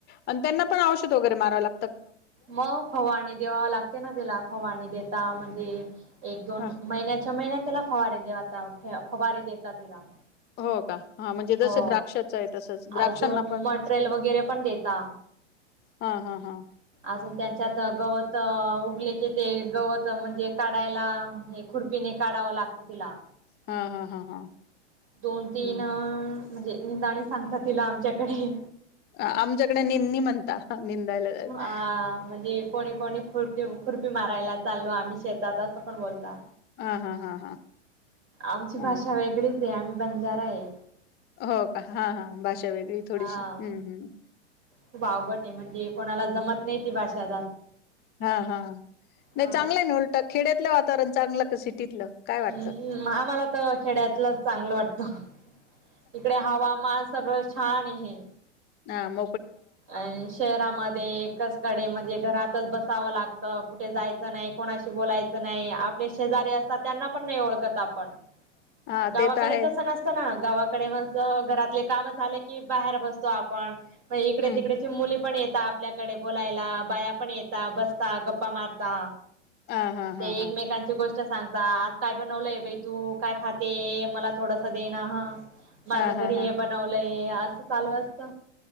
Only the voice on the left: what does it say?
आणि त्यांना पण औषध वगैरे मारावं लाग
ह
हो का? हा म्हणजे जसं
द्राक्षाचं आहे तसंच द्राक्षांना
पण
हा हा हा
हा हा हा हा.
हम्म
आमच्याकडे निंनी म्हणता निंदायला हा
हा हा हा
हा
हो का हा हा भाषा वेगळी थोडीशी
हम्म हम्
हा हा
नाही चांगलंय ना उलट, खेड्यातलं वातावरण चांगलं का सिटीतलं? काय वाटतं
ह म
हा
ते तर आहेच
हम्म
हा हा हा
हा
हा
हा हा